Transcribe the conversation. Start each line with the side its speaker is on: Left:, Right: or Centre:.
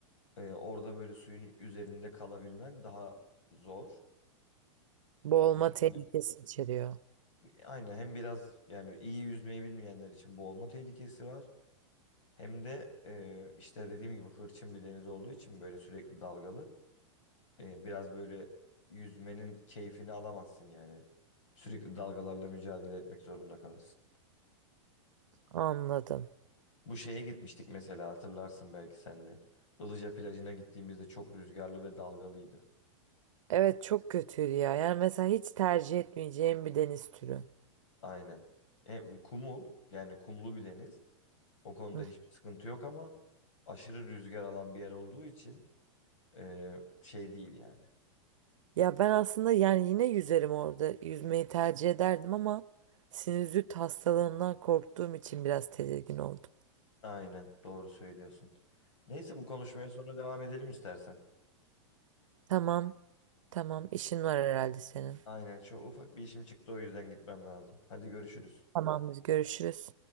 Left: e, orada böyle suyun üzerinde kalabilmen daha zor.
Right: Boğulma
Left: O yüzden
Right: tehlikesi içeriyor.
Left: Aynen hem biraz yani iyi yüzmeyi bilmeyenler için boğulma tehlikesi var. Hem de e, işte dediğim gibi hırçın bir deniz olduğu için böyle sürekli dalgalı. E, biraz böyle yüzmenin keyfini alamazsın yani. Sürekli dalgalarla mücadele etmek zorunda kalırsın.
Right: Anladım.
Left: Bu şeye gitmiştik mesela hatırlarsın belki senle. Ilıca plajına gittiğimizde çok rüzgarlı ve dalgalıydı.
Right: Evet çok kötüydü ya. Yani mesela hiç tercih etmeyeceğim bir deniz türü.
Left: Aynen. E, kumul yani kumlu bir deniz. O konuda
Right: Hı.
Left: hiçbir sıkıntı yok ama aşırı rüzgar alan bir yer olduğu için Ee, şey değil yani.
Right: Ya ben aslında yani yine yüzerim orada. Yüzmeyi tercih ederdim ama sinüzit hastalığından korktuğum için biraz tedirgin oldum.
Left: Aynen doğru söylüyorsun. Neyse bu konuşmaya sonra devam edelim istersen.
Right: Tamam, tamam. işin var herhalde senin.
Left: Aynen şu ufak bir işim çıktı o yüzden gitmem lazım. Hadi görüşürüz.
Right: Tamamdır, görüşürüz.